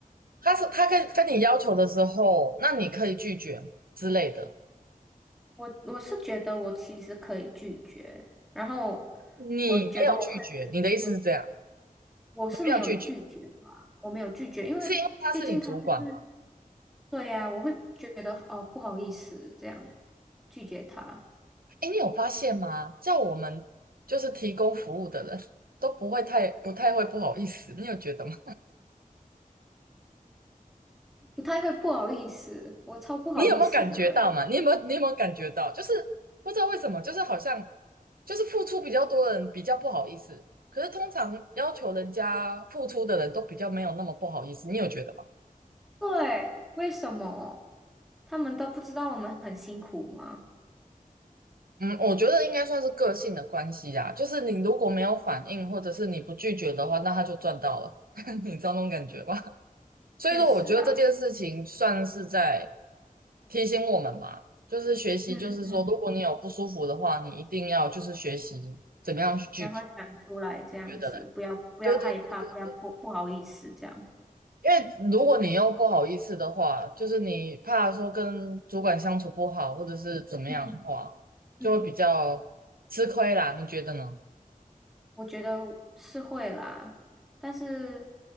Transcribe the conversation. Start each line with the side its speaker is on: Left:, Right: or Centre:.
Right: 他是他跟跟你要求的时候，那你可以拒绝吗之类的，
Centre: 我我是觉得我其实可以拒绝，然后
Right: 你没有拒绝，
Centre: 我觉得我可以就是说
Right: 你的意思是这样，
Centre: 我是没有拒绝的啊，
Right: 没有拒绝，
Centre: 我没有拒绝，因为毕竟他就是
Right: 是因为他是你主管。
Centre: 对呀、啊我会觉得哦不好意思这样拒绝他。
Right: 哎，你有发现吗？叫我们就是提供服务的人都不会太不太会不好意思，你有觉得吗？
Centre: 不太会不好意思，我超不好意思的诶。
Right: <laughs> 你有没有感觉到嘛？你有没有你有没有感觉到？就是不知道为什么，就是好像就是付出比较多的人比较不好意思，可是通常要求人家付出的人都比较没有那么不好意思，你有觉得吗？
Centre: 对，为什么？他们都不知道我们很辛苦吗？
Right: 嗯，我觉得应该算是个性的关系啊，就是你如果没有反应，或者是你不拒绝的话，那他就赚到了，<laughs> 你知道那种感觉吧？所以说，
Centre: 确实啊，
Right: 我觉得这件事情算是在提醒我们吧，就是学习，
Centre: 嗯嗯，
Right: 就是说，如果你有不舒服的话，你一定要就是学习怎么样去拒绝，
Centre: 然后讲出来这样子，
Right: 你觉得嘞？
Centre: 不要不要害怕，
Right: 对对对对对，
Centre: 不要不不好意思这样，
Right: 因为如果你又不好意思的话，就是你怕说跟主管相处不好，或者是怎么样的话，
Centre: 嗯嗯。
Right: 就会比较吃亏啦，你觉得呢？
Centre: 我觉得是会啦，但是